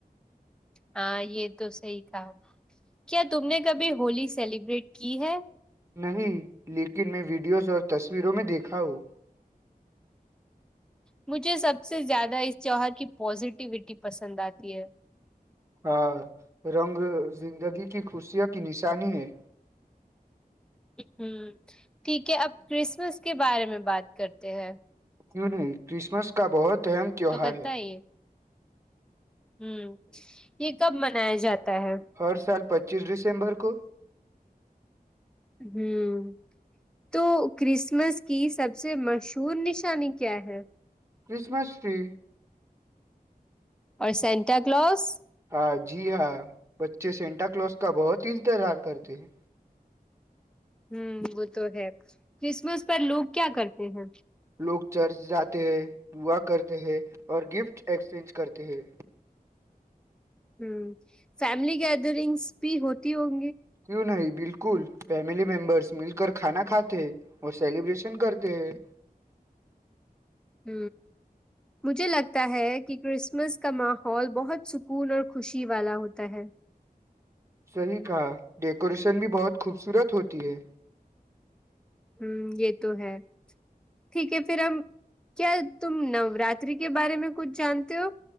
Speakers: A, in the centre; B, on the right.
A: ہاں یہ تو صحی کہا کیا تم نے کبھی ہولی سیلیبریٹ کی ہے
B: نہیں لیکن میں ویڈیوز اور تصویروں میں دیکھا ہوں
A: مجھے سب سے زیادہ اس جووہر کی پازیٹیوٹی پسند آتی ہے
B: ہاں رنگ زندگی کی خوشوں کی نشانی ہے
A: ہ ٹھیک ہے اب کرسمس کے بارے میں بات کرتے ہیں
B: کیوں نہیں کرسمس کا بہت اہم تہوہار
A: تو بتائیے
B: ہے
A: ہوں یہ کب منایا جاتا ہے
B: ہر سال پچ پچیس دسمبر کو
A: ہوں تو کرسمس کی سب سے مشہور نشانی کیا ہے
B: کرسمس ٹری
A: اور سینٹ کلز
B: ہاں جی ہاں بچے سینٹا کلوز کا بہت ہی انتظار کرتے ہیں
A: ہ وہ تو ہے کرسمس پر لوگ کیا کرتے ہیں
B: لوگ چرچ جاتے ہیں دعا کرتے ہیں اور گفٹ ایکسچینج کرتے ہیں
A: ہوں فیملی گیدرنگس بھی ہوتی ہوگی
B: کی نہیں <unintelligible> بالکل فیملی ممبرس مل کر کھانا کھاتے ہیں اور سیلیبریشن کرتے ہیں
A: ہ مجھے لگتا ہے کہ کرسمس کا ماحول بہت سکون اور خوشی والا ہوتا ہے
B: صیح کہا ڈیکوریشن بھی بہت خوبصورت ہوتی ہے
A: ہ یہ تو ہے ٹھیک ہے پھر ہم کیا تم نوراتری کے بارے میں کچھ جانتے ہو